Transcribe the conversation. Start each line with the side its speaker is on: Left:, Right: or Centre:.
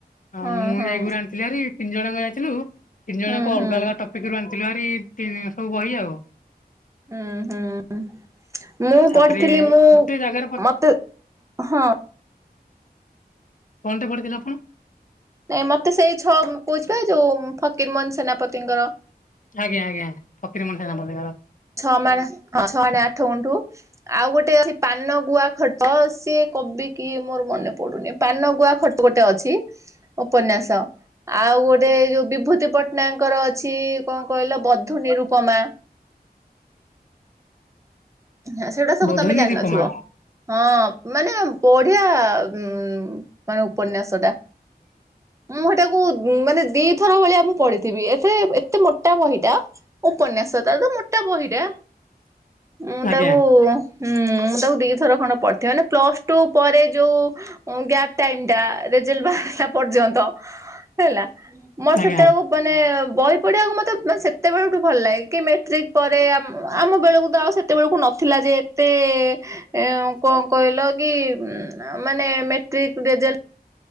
Left: ଆଉ
Right: ହଁ
Left: ମୁଁ
Right: ହଁ
Left: ଯାଇକରି ଆଣିଥିଲି ହେରି ତିନି ଜଣଙ୍କ ଯାଇଥିଲୁ। ତିନି ଜଣ
Right: ହୁଁ
Left: ଯାକ ଅଲଗା
Right: ହୁଁ।
Left: ଅଲଗା ଟପିକ ରୁ ଆଣିଥିଲୁ ହେରି ତିନି ଜଣ ସବୁ ବହି ଆଉ।
Right: ହୁଁ ହୁଁ। ମୁଁ
Left: ତାପରେ
Right: ପଢିଥିଲି ମୁଁ
Left: ଗୋଟେ ଜାଗାରେ
Right: ମତେ ହଁ।
Left: କଣ ଟେ ପଢ଼ିଥିଲେ ଆପଣ?
Right: ନାଇଁ ମତେ ସେଇ ଛଅ ଉଁ କହୁଚି ପା ଯୋଉ ଉଁ ଫକିର ମୋହନ ସେନାପତିଙ୍କର।
Left: ଆଜ୍ଞା ଆଜ୍ଞା ଫକୀର ମୋହନ ସେନାପତିଙ୍କର।
Right: ଛଅ ମାଣେ ହଁ ଛଅ ମାଣେ ଆଠ ଗୁଣ୍ଠୁ ଆଉ ଗୋଟେ ଅଛି ପାନ ଗୁଆ ଖଟ ସିଏ କବି କିଏ ମୋର ମନେ ପଡୁନି ପାନ ଗୁଆ ଖଟ ଗୋ ଗୋଟେ ଅଛି ଉପନ୍ୟାସ ଆଉ ଗୋଟେ ଏଇ ଯୋଉ ବିଭୂତି ପଟ୍ଟନାୟକଙ୍କର ଅଛି। କଣ କହିଲ ବଧୁ ନିରୁପମା? ହଁ ସେଗୁଡ଼ା ସବୁ
Left: ବଧୂନିର
Right: ତମେ ଜାଣିିନଥିବ
Left: ଉପମା
Right: ହଁ ମାନେ ବଢିଆ ଉଁ। ଉଁ ମାନେ ଉପନ୍ୟାସଟା। ମୁଁ ହେଟାକୁ ଉଁ ମାନେ ଦିଥର ଭଳିଆ ମୁଁ ପଢିଥିବି ଏତେ ଏତେ ମୋଟା ବହିଟା। ଉପନ୍ୟାସ ତାର ତ ମୋଟା ବହିଟା। ମୁଁ
Left: ଆଜ୍ଞା।
Right: ତାକୁ ଉଁ ମୁଁ ତାକୁ ଦିଥର ଖଣ୍ଡେ ପଢିିଚି ମାନେ ପ୍ଲସ ଟୁ ପରେ ଯୋଉ ଉଁ ଗ୍ୟାପ ଟାଇମ ଟା ରେଜଲ୍ଟ ବାହାରିଲା ପର୍ଯ୍ୟନ୍ତ। ହେଲା ମୋର
Left: ଆଜ୍ଞା
Right: ସେତେବେଳକୁ ମାନେ ବହି ପଢିବାକୁ ମତେ ମାନେ ସେତେବେଳଠୁ ଭଲ ଲାଗେ କି ମେଟ୍ରିକ ପରେ ଆମ ଆମ ବେଳକୁ ତ ଆଉ ସେତେବେଳୁକୁ ନଥିଲା ଯେ ଏତେ ଏ କ କହିଲ କି ଉଁ ଆ ମାନେ ମେଟ୍ରିକ ରେଜଲ